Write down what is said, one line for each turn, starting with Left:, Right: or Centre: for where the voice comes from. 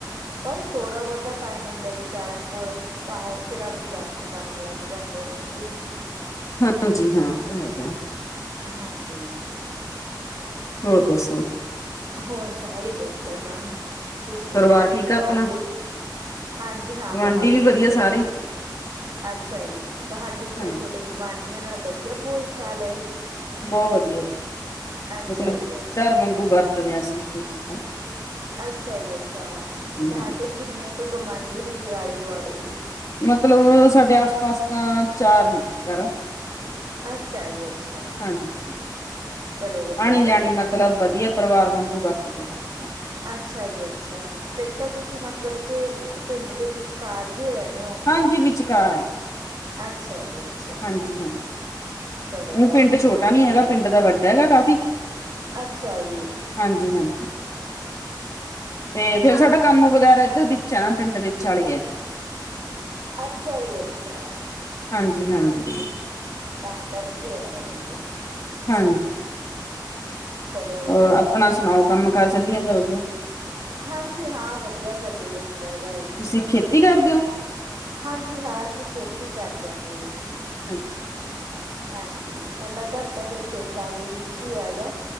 Right: ਬਸ ਥੋੜਾ ਬਹੁਤਾ ਟਾਈਮ ਹੁੰਦਾ ਵਿਚਾਰਿਆਂ ਕੋਲ ਤਾਂ ੳ ਫੇਰ ਆਪਦੀ ਰੈਸਟ ਕਰਨ ਲੱਗ ਜਾਂਦੇ ਨੇਗੇੇ।
Left: ਹਾਂਜੀ ਹਾਂ ਐ ਤਾਂ ਹੈਗੈ।
Right: ਹਾਂਜੀ
Left: ਹੋਰ ਦੱਸੋ?
Right: ਹੋਰ, ਸਾਰੇ ਵਧੀਆ ਮੈਮ। ਤੁਸੀਂ
Left: ਪਰਿਵਾਰ
Right: ਤੁਹਾਡੇ
Left: ਠੀਕ
Right: ਗੁਵਾਢੀ,
Left: ਆ ਆਪਣਾ
Right: ਹਾਂਜੀ ਹਾਂ,
Left: ਗੁਆਂਢੀ
Right: ਬਹੁਤ
Left: ਵੀ
Right: ਵਧੀਆ
Left: ਸਾਰੇ
Right: ਜੀ। ਅੱਛਾ ਜੀ, ਤੁਹਾਡੀ
Left: ਹਾਂਜੀ
Right: ਫੇਰ ਤੁਹਾਡੇ ਗੁਆਂਢੀਆਂ ਨਾਲ ਵਧੀਆ ਬੋਲਚਾਲ ਹੈ ਜੀ?
Left: ਬੋ ਵਧੀਆ ਜੀ,
Right: ਅੱਛਾ
Left: ਮਤਲਬ
Right: ਜੀ ਅੱਛਾ,
Left: ਘਰ ਵਾਂਗੂ ਵਰਤਦੇ ਅਸੀ ਇੱਕ ਦੂਜੇ ਨਾ
Right: ਅੱਛਾ ਜੀ ਅੱਛਾ, ਤੁਹਾਡੇ
Left: ਹਾਂ
Right: ਕਿੰਨੇ ਕੁ ਗਵਾਂਢੀ ਨੇਗੇ, ਆਲੇ ਦੁਆਲੇ ਜੀ।
Left: ਮਤਲਬ, ਸਾਡੇ ਆਸ ਪਾਸ ਤਾਂ, ਚਾਰ ਨੇ ਘਰ।
Right: ਅੱਛਾ ਜੀ। ਅੱਛਾ,
Left: ਹਾਂਜੀ,
Right: ਚਲੋ ਵਧੀਆ
Left: ਆਣੀ-ਜਾਣੀ
Right: ਗੱਲ ਹੈ।
Left: ਮਤਲਬ ਵਧੀਆ। ਪਰਿਵਾਰ ਵਾਂਗੂ ਵਰਤਦੇ ਹਨ।
Right: ਅੱਛਾ ਜੀ ਅੱਛਾ, ਫੇਰ ਤਾਂ ਤੁਸੀਂ ਮਤਲਬ ਕੇ ਇੱਕ ਪਿੰਡ ਦੇ ਵਿਚਕਾਰ ਜੀ, ਰੈਹਣੇ ਹੋਗੇ,
Left: ਹਾਂਜੀ ਵਿਚਕਾਰ
Right: ਅੱਛਾ ਜੀ ਅੱਛਾ।
Left: ਹਾਂਜੀ-ਹਾਂਜੀ।
Right: ਚਲੋ
Left: ਓਹ
Right: ਬਹੁਤ
Left: ਪਿੰਡ ਛੋਟਾ
Right: ਵਧੀਆ
Left: ਨੀ ਹੈਗਾ,
Right: ਗੱਲ
Left: ਪਿੰਡ
Right: ਹੈ।
Left: ਤਾਂ ਵੱਡਾ ਹੈਗਾ ਕਾਫ਼ੀ।
Right: ਅੱਛਾ ਜੀ।
Left: ਹਾਂਜੀ ਹਾਂਜੀ। ਤੇ ਫੇਰ ਸਾਡਾ ਕੰਮ ਵਗੈਰਾ, ਏਧਰ ਵਿੱਚ ਹੈ ਨਾ ਪਿੰਡ ਦੇ ਵਿਚਾਲੇ ਈ ਐ।
Right: ਅੱਛਾ ਜੀ ਅੱਛਾ।
Left: ਹਾਂਜੀ-ਹਾਂਜੀ।
Right: ਤਾਂ ਕਰਕੇ ਹੈਗਾ ਏ, ਫੇਰ।
Left: ਹਾਂਜੀ।
Right: ਚਲੋ ਵਧੀਆ
Left: ਹੋਰ, ਆਪਣਾ
Right: ਗੱਲ
Left: ਸੁਣਾਓ? ਕੰਮ ਕਾਰ ਚੱਲੀ ਜਾਂਦਾ ਵਧੀਆ?
Right: ਹਾਂਜੀ ਹਾਂ, ਵਧੀਆ ਚੱਲੀ ਜਾਂਦਾ ਹੈਗਾ।
Left: ਤੁਸੀਂ ਖੇਤੀ ਕਰਦੇ ਓ?
Right: ਹਾਂਜੀ ਹਾਂ, ਅਸੀਂ ਖੇਤੀ ਕਰਦੇ ਆਗੇ।
Left: ਅੱਛਾ-ਅੱਛਾ।
Right: ਹਾਂਜੀ, ਸਾਡਾ ਘਰ ਤਾਂ ਫ਼ੇਰ ਖੇਤਾਂ ਦੇ ਵਿੱਚ ਈ ਹੈਗਾ।